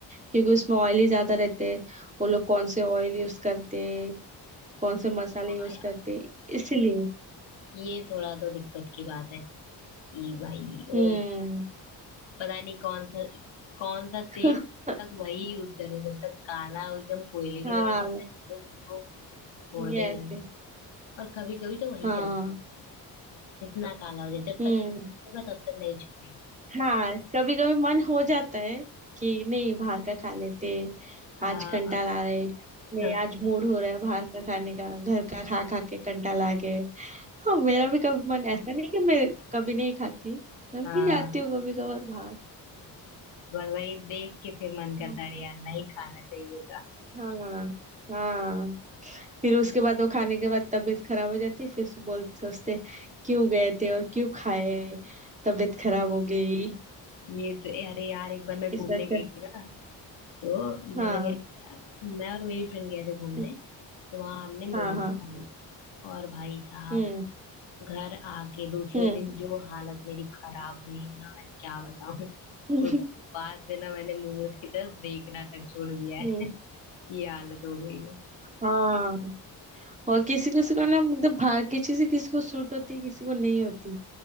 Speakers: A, on the right; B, on the left.
A: क्योंकि उसमें ऑयल ही ज्यादा रहते हैं वो लोग कौन से ऑयल यूज करते हैं कौन से मसाले
B: हाँ
A: यूज
B: यार
A: करते इसलिए
B: ये थोड़ा तो दिक्कत की बात है ये भाई
A: हम्म
B: और पता नहीं कौन सा कौन सा
A: <laughs>
B: तेल तक वही यूज कर रहे हैं, जब तक काला हो, एकदम कोयले की
A: हाँ
B: तरह मिलता है लोग उसको छोड़ते
A: यस
B: नहीं और कभी कभी तो वही
A: हाँ
B: चलाते हैं इतना काला हो जाए जब
A: हम्म
B: तक खत्म होगा तब तक नहीं छोड़ेंगे
A: हाँ कभी कभी मन हो जाता है कि नहीं बाहर का खा लेते आज
B: हाँ
A: कंटाल आ रहे नहीं
B: हाँ
A: आज मूड हो रहा है बाहर का खाने का घर का खा खा के कंटाल आ गए हाँ मेरा भी कभी मन ऐसा नहीं कि मैं कभी नहीं खाती मैं भी
B: हाँ
A: जाती हूँ कभी कभार बाहर
B: बस वही देख के फिर मन करता
A: हाँ
B: है, अरे यार नहीं खाना चाहिए था
A: हाँ हाँ फिर उसके बाद वो खाने के बाद तबीयत खराब हो जाती फिर से बोल सोचते क्यों गए थे और क्यों खाए तबीयत खराब हो गई
B: ये तो अरे यार एक बार मैं घूमने
A: इससे अच्छा
B: गई थी ना तो मैंने
A: हाँ
B: क्या किया मैं और मेरी फ्रेंड गए थे घूमने
A: हम्म,
B: तो वहां हमने मोमोज
A: हाँ हाँ
B: खा लिए और भाई साहब
A: हम्म
B: घर आके दूसरे
A: हम्म
B: दिन जो हालत मेरी खराब हुई है ना मैं क्या बताऊं
A: <laughs>
B: उस बाद से ना मैंने मोमोज की तरफ देखना तक छोड़ दिया
A: हम्म
B: है ये हालत हो गई है
A: हाँ और किसी किसी को ना मतलब बाहर की चीजें किसी को सूट होती है किसी को नहीं होती